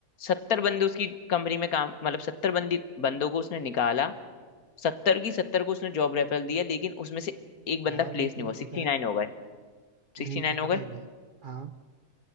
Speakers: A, on the left; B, on the right.
A: सत्तर बंदे उसकी कंपनी में काम मतलब सत्तर बंदी बंदों को उसने निकाला सत्तर की सत्तर को उसने जॉब रेफरल दिया लेकिन उसमें से एक बंदा
B: यार
A: प्लेस
B: लेकिन
A: नहीं हुआ
B: पता
A: सिक्सटी
B: है
A: नाइन हो गए सिक्सटी
B: मेन
A: नाइन
B: चीज
A: हो
B: पता
A: गए
B: है क्या है? हाँ